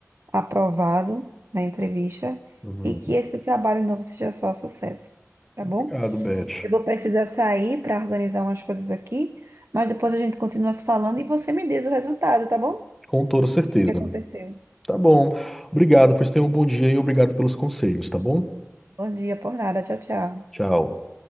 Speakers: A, on the right; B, in the centre.
A: aprovado na entrevista
B: Uhum.
A: e que esse trabalho novo seja só sucesso, tá
B: Obrigado,
A: bom?
B: Beth.
A: Eu vou precisar sair para organizar umas coisas aqui, mas depois a gente continua se falando e você me diz o resultado, tá bom? O
B: Com toda certeza.
A: que foi que aconteceu?
B: Tá bom. Obrigado, pois tenha um bom dia e obrigado pelos conselhos, tá bom?
A: Bom dia, por nada. Tchau, tchau.
B: Tchau.